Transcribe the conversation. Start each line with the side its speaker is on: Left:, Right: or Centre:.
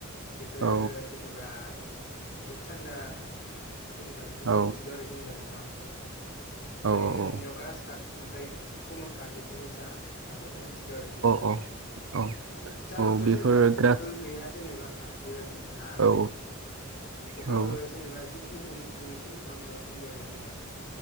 Left: बेफोरो
Right: औ
Left: जेनेबा रुपसान्दा जेनेबा बेफोरखौ
Right: औ
Left: मिथिगौ आरो जेनेबा नोंथां
Right: औ
Left: ओरैनो
Right: औ
Left: नुनायाव ग्रास काट ओमफ्राय कमन कार्ड बेफोरबायसा नाफोरखौ मिथिगौ आरो जेनेबा
Right: औ औ
Left: जानावथ'
Right: औ बेफोर
Left: जेनेबा फुख्रिबो
Right: ग्रास
Left: गैया जेनेबा बेबायदि ना होनाय
Right: औ
Left: अब्लाबो
Right: औ
Left: जेनेबा जिखिनिखौ मिथिगौ बेखिनिखौ आङो बुंबाय आरो जेनेबा